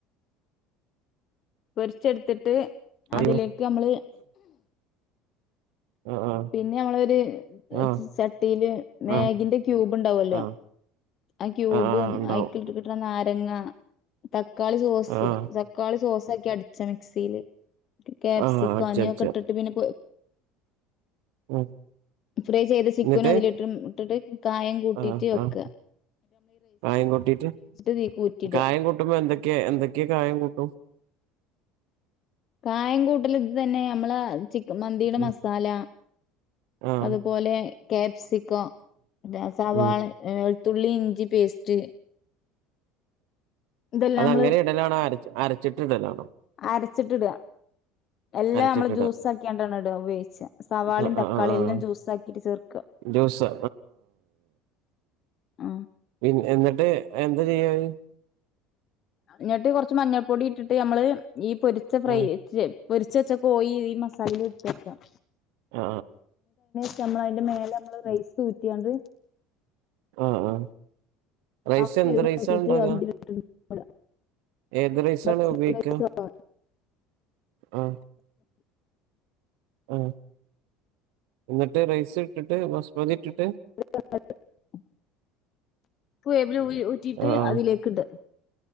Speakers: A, on the left; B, on the right.
A: പൊരിച്ചെട്ത്തിട്ട്
B: ആഹ്
A: അതിലേക്ക് നമ്മള്
B: ആഹ്
A: പിന്നെ ഞമ്മളൊര്ചട്ടിയില്
B: ആഹ്
A: മേഗിന്റെ
B: ആഹ്
A: ക്യൂബ്ണ്ടാവല്ലോ
B: ആഹ്
A: ആ ക്യൂബും
B: ആഹ് ആഹ് ഇണ്ടാവും
A: അയ്ക് കിട്ട് കിട്ണ നായ നാരങ്ങ ത- തക്കാളി സോസ്
B: ആഹ്
A: തക്കാളി സോസ് ഒക്കെ അടിച്ച മിക്സിയില് കാപ്സിക്കം
B: ആഹ് അടിച്ചടിച്ച
A: അങ്ങനെയൊക്കെ ഇട്ടിട്ട് പിന്നെ
B: ഉം
A: ഫ്രൈ ചെയ്ത ചിക്കനും
B: എന്നിട്ട്
A: അതിലിട്ടും ഇട്ടിട്ട് കായം കൂട്ടിട്ട്
B: ആഹ്
A: വെയ്ക്ക
B: ആഹ് കായം കൂട്ടിട്ട്
A: ഇതീക്ക് ഊറ്റിയിടുക
B: കായം കൂട്ടുമ്പോ എന്തൊക്കെയാ എന്തൊക്കെയാ കായം കൂട്ടും
A: കായം കൂട്ടൽ ത് തന്നെ ഞമ്മള് ചി മന്തിയുടെ
B: ഉം
A: മസാല
B: ആഹ്
A: അതുപോലെ കാപ്സിക്കോ സവാള
B: ഉം
A: തുള്ളി ഇഞ്ചി പേസ്റ്റ് ഇതെല്ലാം
B: അതങ്ങനെ
A: മ്മള്
B: ഇടലാണോ അരച്ച് അരച്ചിട്ടിടലാണോ
A: അരച്ച്ട്ട്‌ ഇട എല്ലാം
B: അരച്ചിട്ടിട
A: മ്മള് ജ്യൂസ് ആക്ക്യാണ്ടാണ് ഇട ഉപയോഗിച്ച സവാളിം
B: ആഹ്
A: തക്കാളും
B: ആഹ് ആഹ്
A: എല്ലാം
B: ആഹ്
A: ജ്യൂസ് ആക്കിട്ട് ചേർക്ക
B: ജ്യൂസ്
A: ആ
B: പിന്ന് എന്നിട്ട് എന്താ ചെയ്യാ അത്
A: ഞ്ഞട്ട് കൊർച്ച് മഞ്ഞൾപ്പൊടി ഇട്ടിട്ട് നമ്മള് ഈ പൊരിച്ച ഫ്രൈ
B: ആഹ്
A: പൊരിച്ച് വെച്ച കോയി ഈ മസാലില് കേക്കാം
B: ആ
A: <unintelligible> മ്മളയ്ന്റെ മേലെ മ്മള് റൈസ് ഊറ്റിയാണ്ട്
B: ആ ആ റൈസ്
A: ഹാഫ്
B: എന്ത്
A: വേവിന്
B: റൈസാണ്
A: ഊറ്റിട്ട്
B: ഇണ്ടാക്ക
A: അത് ഇതിലിട്ട് ഇട.
B: ഏത് റൈസാണ്
A: ഹാഫ്
B: ഉപയോഗിക്ക ആ ആ ന്നിട്ട് റൈസ് ഇട്ടിട്ട് ബസ്മതി ഇട്ടി
A: <unintelligible> പൂയ <unintelligible> ഊറ്റിട്ട്
B: ആഹ്
A: അതിലേക്ക് ഇട്